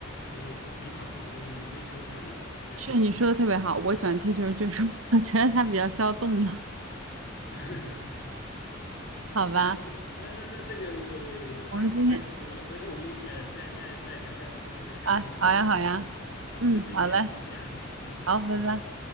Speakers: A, on the left; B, on the right.
A: 就是一塌糊涂，就没没球商了，对啊。
B: 是你说的特别好，我喜欢踢球，就是 <laughs> 我觉得它比较消动脑。
A: <laughs>
B: 好吧，
A: 哎，行，那那那这个我
B: 我们今天
A: 爱好还挺多的，回头我们呃再再再聊聊其他的，像读书啊什么的爱好，
B: 啊，好呀好呀，
A: 好吧？好，
B: 嗯，
A: 这次先这样了，
B: 好嘞，
A: 嗯，
B: 好，
A: 好，拜拜。
B: 拜拜。